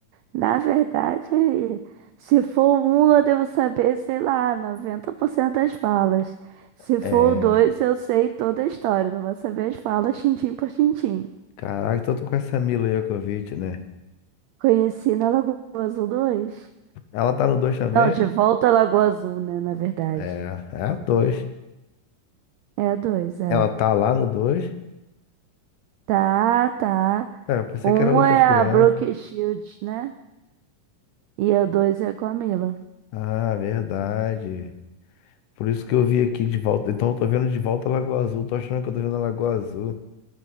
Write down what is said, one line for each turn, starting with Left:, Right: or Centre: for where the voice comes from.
Right: Na verdade, se for o um, eu devo saber, sei lá, 90% das falas. Se for
Left: É,
Right: o dois, eu sei toda a história, não vou saber as falas tintim por tintim.
Left: caraca, tô com essa Mila Djokovic, né?
Right: Conheci na Lagoa Azul 2?
Left: Ela tá no 2 também,
Right: Não, de
Left: é?
Right: volta à Lagoa Azul, né, na verdade.
Left: É, é a 2.
Right: É dois, é.
Left: Ela tá lá no dois.
Right: Tá, tá.
Left: É, eu pensei
Right: Um
Left: que era outras
Right: é
Left: crianças.
Right: a Brooke Shields, né? E a dois é com a Mila.
Left: Ah, verdade. Por isso que eu vi aqui de volta. Então eu tô vendo de volta a Lagoa Azul, tô achando que eu tô vendo a Lagoa Azul.